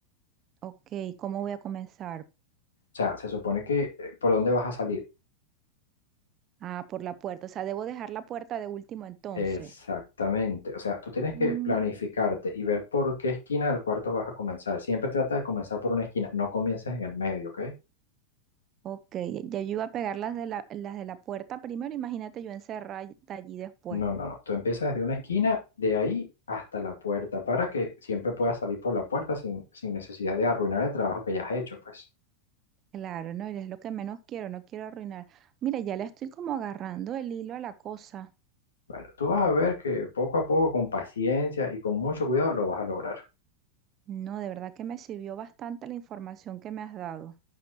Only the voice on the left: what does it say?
sea, se supone que eh, por dónde vas a salir.
Exactamente. O sea, tú tienes
que planificarte y ver por qué esquina del cuarto vas a comenzar. Siempre trata de comenzar por una esquina, no comiences en el medio, ¿ok?
No, no, no. Tú empiezas desde una esquina, de ahí hasta la puerta, para que siempre puedas salir por la puerta sin, sin necesidad de arruinar el trabajo que ya has hecho, pues.
Bueno, tú vas a ver que poco a poco, con paciencia y con mucho cuidado, lo vas a lograr.